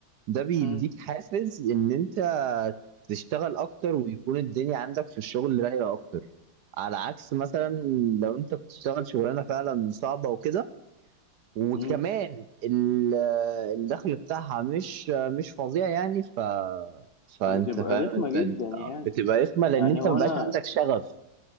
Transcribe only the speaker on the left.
مم.
مم.
بتبقى
رخمه
جدا
يعني
يعني
هو
انا